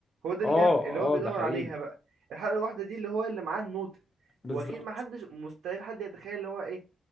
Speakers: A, on the right (about 90°); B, on the left (about 25°).
A: هو ده
B: اه
A: اللي هي- اللي هو بيدور
B: اه ده حقيقي
A: عليها بقى الحلقه الواحده دي اللي هو اللي معاه النوتة
B: بالظبط
A: واكيد ما حدش مستحيل حد يتخيل اللي هو ايه